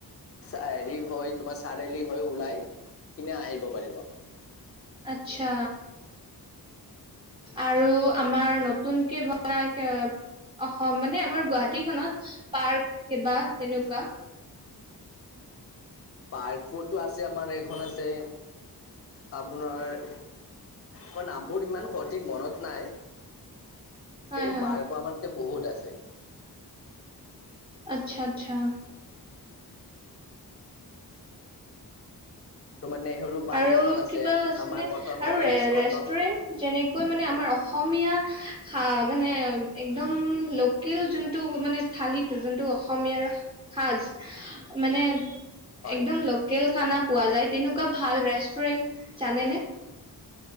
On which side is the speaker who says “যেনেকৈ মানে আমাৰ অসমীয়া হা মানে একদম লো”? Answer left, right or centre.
Right